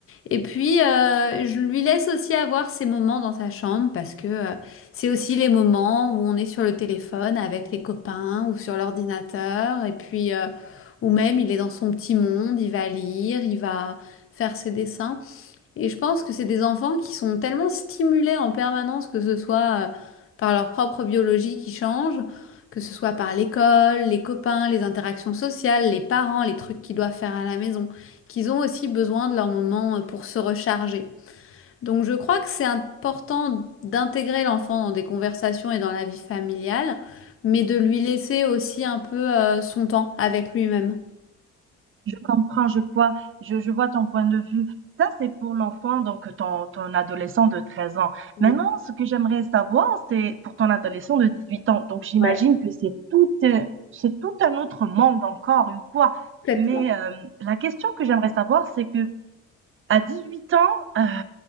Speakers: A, on the left; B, on the right.
A: Et puis, euh, je lui laisse aussi avoir ses moments dans sa chambre, parce que euh, c'est aussi les moments où on est sur le téléphone avec les copains ou sur l'ordinateur. Et puis, euh, ou même, il est dans son petit monde, il va lire, il va faire ses dessins. Et je pense que c'est des enfants qui sont tellement stimulés en permanence, que ce soit euh, par leur propre biologie qui change, que ce soit par l'école, les copains, les interactions sociales, les parents, les trucs qu'ils doivent faire à la maison, qu'ils ont aussi besoin de leur moment euh, pour se recharger. Donc je crois que c'est important d'intégrer l'enfant dans des conversations et dans la vie familiale, mais de lui laisser aussi un peu euh, son temps avec lui-même.
B: Je comprends, je vois, je, je vois ton point de vue. Ça, c'est pour l'enfant, donc ton, ton adolescent de 13 ans.
A: Oui,
B: Maintenant, ce que j'aimerais savoir, c'est pour ton adolescent de 18 ans. Donc, j'imagine
A: Ouais.
B: que c'est tout, euh, c'est tout un autre monde encore une fois.
A: Complètement.
B: Mais euh, la question que j'aimerais savoir, c'est que à 18 ans, euh,